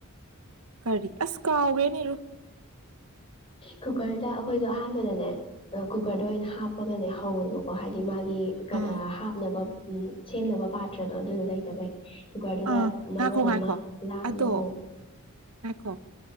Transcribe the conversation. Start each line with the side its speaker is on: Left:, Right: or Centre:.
Right: ꯀꯔꯤ ꯑꯁ ꯀꯥꯥꯎꯒꯦꯔꯨꯅ
Left: ꯀꯨꯀꯔꯗ ꯑꯩꯈꯣꯏꯁꯨ ꯑꯍꯥꯟꯕꯗꯅꯦ ꯀꯨꯀꯔꯗ ꯑꯣꯏꯅ ꯍꯥꯞꯄꯒꯅꯦ ꯍꯧꯋꯦꯕꯀꯣ ꯍꯥꯏꯗꯤ ꯃꯥ ꯒꯤ
Right: ꯎꯝ
Left: ꯍꯥꯞꯅꯕ ꯎꯝ ꯁꯦꯝꯅꯕ ꯄꯥꯇ꯭ꯔꯗꯣ ꯑꯗꯨꯗꯣ ꯂꯩꯇꯕꯩ ꯀꯨꯀꯔꯗꯨꯗ
Right: ꯑꯥ
Left: ꯃꯔꯣꯟ
Right: ꯉꯥꯏꯈꯣ ꯉꯥꯏꯈꯣ
Left: ꯑꯃ ꯂꯥ
Right: ꯑꯗꯣ
Left: ꯑꯃꯃꯨꯛ
Right: ꯉꯥꯏꯈꯣ